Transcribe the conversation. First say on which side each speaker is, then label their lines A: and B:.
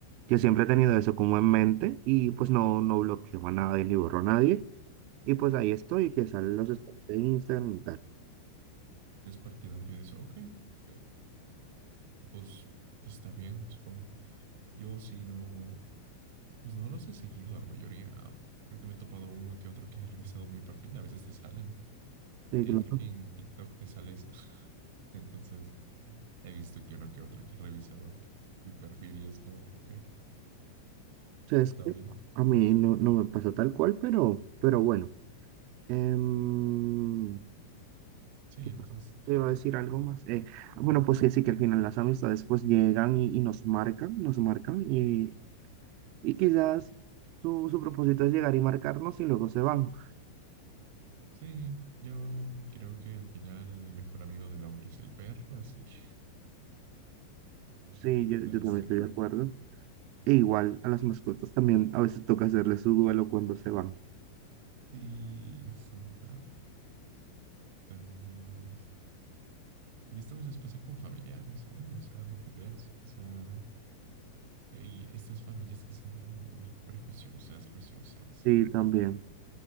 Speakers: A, on the right; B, on the right.
A: yo siempre he tenido eso como en mente y pues no, no bloqueo a nadie ni borro a nadie. Y pues ahí estoy, que salen los
B: Ah,
A: stories de Instagram y tal.
B: ¿Eres partidario de eso? Ok, ok. Pues está bien, supongo. Yo sí no, pues no los he seguido a la mayoría. Creo que me he topado uno que otro que he revisado mi perfil. A veces te sale, ¿no?
A: Sí,
B: Eh,
A: claro.
B: creo
A: O
B: que en TikTok te sale eso. <laughs> Entonces he visto que uno que otro que ha revisado mi, mi perfil y es como, ok,
A: sea,
B: está
A: es que
B: bien.
A: a mí no, no me pasó tal cual, pero, pero bueno. Em,
B: Sí,
A: ¿qué
B: eso es.
A: te iba a decir algo más? Eh, bueno, pues que sí, que al final las amistades pues llegan y, y nos marcan, nos marcan y, y quizás su, su propósito es llegar y marcarnos y luego se van.
B: Sí, yo creo que al final el mejor amigo del hombre es el perro, así que <laughs>
A: Sí, yo, yo
B: no
A: también
B: sé.
A: estoy de acuerdo. E igual a las mascotas también a veces toca hacerles su duelo cuando se van.
B: Sí, son tan, tan lindas. Y esto a veces pasa con familiares, ¿eh? No, O sea, no te creas. O sea, y estas familias que son como muy prejuiciosas, juiciosas.
A: Sí,
B: eh,
A: también.